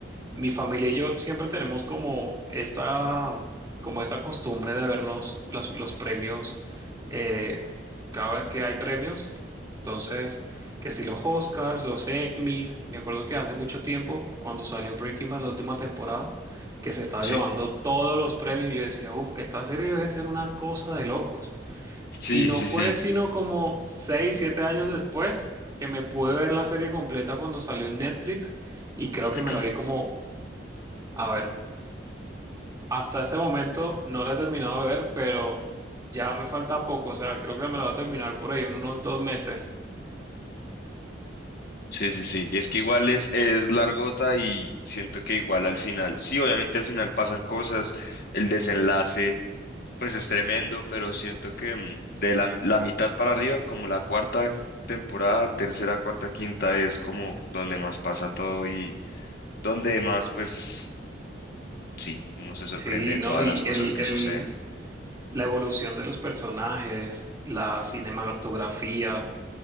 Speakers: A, on the right; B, on the left.
A: mi familia y yo siempre tenemos como esta, como esta costumbre de vernos los, los premios eh, cada vez que hay premios. Entonces, que si los Oscars, los Emmys, me acuerdo que hace mucho tiempo, cuando salió Breaking Bad la última temporada, que se estaba
B: Sí,
A: llevando todos los premios, y yo decía, uf, esta serie debe ser una cosa de locos.
B: sí,
A: Y no
B: sí,
A: fue
B: sí.
A: sino como seis, siete años después que me pude ver la serie completa cuando salió en Netflix y creo
B: <clears throat>
A: que me la vi como, a ver, hasta ese momento no la he terminado de ver, pero ya me falta poco, o sea, creo que me la voy a terminar por ahí en unos dos meses.
B: Sí, sí, sí. Es que igual es, es largota y siento que igual al final, sí, obviamente al final pasan cosas, el desenlace Pues es tremendo, pero siento que mm, de la, la mitad para arriba, como la cuarta temporada, tercera, cuarta, quinta, es como donde más pasa todo y donde más, pues sí, uno se sorprende
A: Sí,
B: de
A: ¿no?
B: todas
A: Y
B: las cosas
A: el,
B: que
A: el,
B: suceden.
A: la evolución de los personajes, la cinematografía,